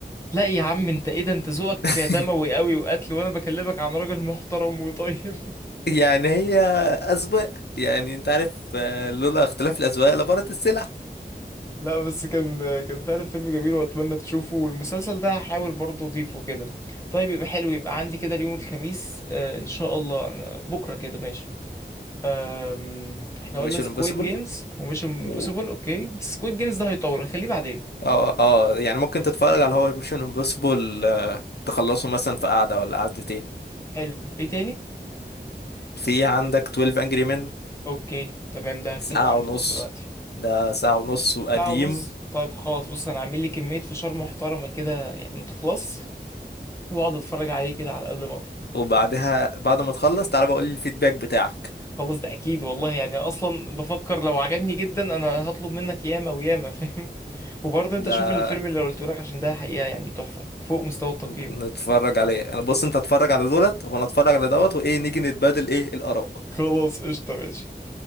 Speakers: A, on the left; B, on the left.
A: لا يا عم انت ايه ده انت ذوقك
B: <laughs>
A: دموي قوي وقتل وانا بكلمك عن راجل محترم وطيب
B: يعني هي أذواق يعني انت عارف آه، لولا اختلاف الأذواق لبارت السلع
A: لا بس كان كان فعلا فيلم جميل واتمنى تشوفه والمسلسل ده هحاول برضه اضيفه كده طيب يبقى حلو يبقى عندي كده اليوم الخميس آه ان شاء الله آه، بكره كده ماشي آم، احنا قلنا
B: ميشن
A: سكويد
B: امبوسيبل
A: جيمز ومش امبوسيبل
B: و
A: اوكي بس سكويد جيمز ده هيطول خليه بعدين
B: اه اه يعني ممكن تتفرج على هو ميشن امبوسيبل تخلصه مثلا في قعدة ولا قعدتين
A: حلو ايه تاني
B: في عندك 12 انجري مان
A: اوكي تمام ده هكتبه
B: ساعة
A: عندي
B: ونص
A: برضه دلوقتي
B: ده ساعة ونص وقديم
A: ساعة ونص طيب خلاص بص انا عامل لي كمية فشار محترمة كده يعني ما تخلص واقعد اتفرج عليه كده على قد ما اقدر
B: وبعدها بعد ما تخلص تعالى بقول لي الفيدباك بتاعك
A: خلاص ده اكيد والله يعني أنا اصلا بفكر لو عجبني جدا انا هطلب منك ياما وياما <laughs> فاهم وبرضه
B: ده
A: انت شوف الفيلم اللي قلته لك عشان ده حقيقة يعني تحفة فوق مستوى التقييم
B: نتفرج عليه انا بص انت اتفرج على دولت وانا اتفرج على دوت وايه نيجي نتبادل ايه الاراء
A: خلاص قشطة ماشي